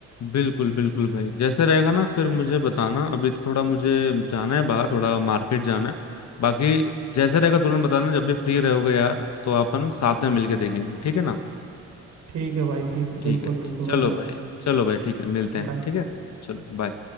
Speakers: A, on the left; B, on the right.
A: बिल्कुल बिल्कुल भाई जैसे रहेगा ना फिर मुझे बताना अभी तो थोड़ा मुझे जाना है बाहर थोड़ा मार्केट जाना है बाकी जैसे रहेगा तुरंत बताना जब भी फ्री रहोगे यार तो अपन साथ में मिलके देखेंगे ठीक है ना
B: ठीक है भाई ठीक है
A: ठीक
B: बिल्कुल
A: है
B: बिल्कुल
A: चलो
B: बताएंगे
A: भाई चलो भाई ठीक है मिलते हैं
B: बाय
A: ठीक है चलो बाय